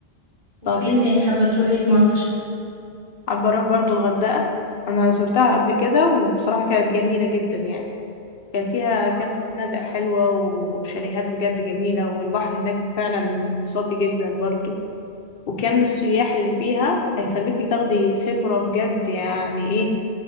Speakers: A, on the right (about 55°); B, on the left (about 60°).
A: وفين
B: طب انت
A: تاني حابة تروحي في مصر؟
B: حابه اروح برضه الغردقه انا زرتها قبل كده وبصراحه كانت جميله جدا يعني كان فيها كام
A: اه طبعا
B: فنادق حلوه وشاليهات بجد جميله والبحر هناك فعلا صافي جدا برضه وكم السياح اللي فيها هيخليكي تاخدي خبرة بجد يعني ايه